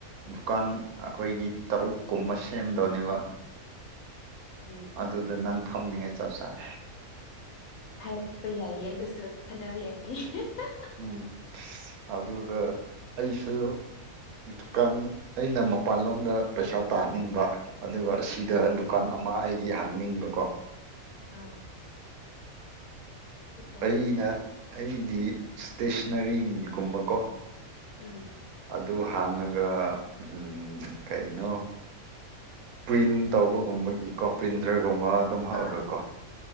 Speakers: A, on the right (about 80°); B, on the left (about 70°).
A: ꯗꯨꯀꯥꯟ ꯑꯩꯈꯣꯏꯒꯤ ꯇꯔꯨꯛ ꯀꯨꯝꯕ ꯁꯦꯝꯗꯧꯅꯦꯕ
B: ꯎꯝ
A: ꯑꯗꯨꯗ ꯅꯪ ꯐꯝꯅꯤꯡꯉꯥꯏ ꯆꯞ ꯆꯥꯔꯦ
B: ꯍꯥꯏꯔꯛꯄ ꯌꯥꯏꯌꯦ ꯑꯗꯨꯁꯨ ꯈꯟꯅꯕ ꯌꯥꯏꯌꯦ <unintelligible>
A: ꯎꯝ ꯑꯗꯨꯗ ꯑꯩꯁꯨ ꯗꯨꯀꯥꯟ ꯑꯩꯅ ꯃꯄꯥꯟꯂꯣꯝꯗ ꯄꯩꯁꯥ ꯇꯥꯅꯤꯡꯕ ꯑꯗꯨꯒ ꯑꯁꯤꯗ
B: ꯑꯣ
A: ꯗꯨꯀꯥꯟ ꯑꯃ ꯑꯩꯒꯤ ꯍꯥꯡꯅꯤꯡꯕꯀꯣ
B: ꯑꯥ ꯌꯥꯏꯌꯦ
A: ꯑꯩꯅ
B: ꯌꯥꯏꯌꯦ
A: ꯑꯩꯗꯤ ꯏꯁꯇꯦꯁꯅꯔꯤꯒꯨꯝꯕꯀꯣ
B: ꯎꯝ
A: ꯑꯗꯨ ꯍꯥꯡꯉꯒ ꯎꯝ ꯀꯩꯅꯣ ꯄ꯭ꯔꯤꯟ ꯇꯧꯕꯒꯨꯝꯕꯒꯤꯀꯣ ꯄ꯭ꯔꯤꯟꯇꯔꯒꯨꯝꯕ ꯑꯗꯨꯝ ꯍꯥꯞꯑꯒꯀꯣ
B: ꯑꯥ